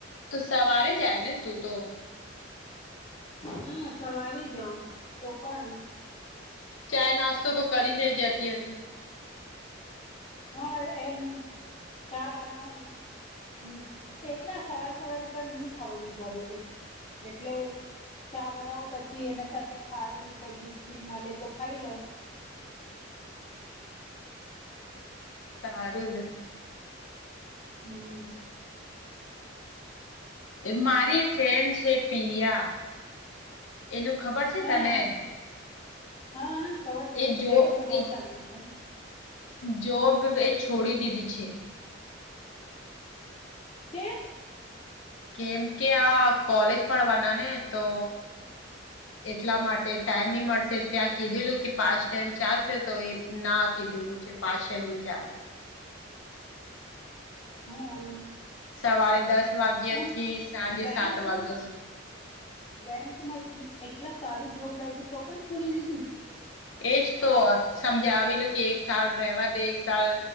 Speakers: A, on the left; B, on the left.
A: તો સવારે જાય ને તું તો.
B: હા સવારે જાવ તો પણ.
A: ચાય નાસ્તો તો કરી ને જતી હશે.
B: હા એમ ચા બનાવું. હમ એકલા સવાર સવારે પણ નહી ખાવાનું ગમેને એટલે. ચા બનાવું પછી એના સાથે ખારી કઈ બિસ્કીટ મળે તો ખાઈ લઉ.
A: હારું ને તો.
B: હમ.
A: મારી એક ફ્રેન્ડ છે પ્રરિયા એનું ખબર છે
B: હા
A: તને.
B: હા હા ખબર છે એમ
A: એ
B: તો
A: જો
B: બેંકમાં જોબ
A: એ
B: લાગેલું છે ને.
A: જોબ એ છોડી દીધી છે.
B: કેમ.
A: કેમ કે આ કોલેજ પડવાના ને તો. એટલા માટે ટાઈમ નહી મળશે ત્યાં કીધેલું કે પાંચ ટાઈમ ચાલશે તો એ ના કીધેલું છે. પાસે એમની ચાલે.
B: હા.
A: સવારે દસ વાગ્યા
B: એમ
A: થી સાંજે
B: બેંકમાં
A: સાત વાગ્યા સુધી.
B: બેંકમાં એટ એટલા સારું જોબ લાગ્યું તો પણ છોડી દીધું.
A: એજ તો સમજાવેલું કે એક સાલ રેવા દે એક સાલ.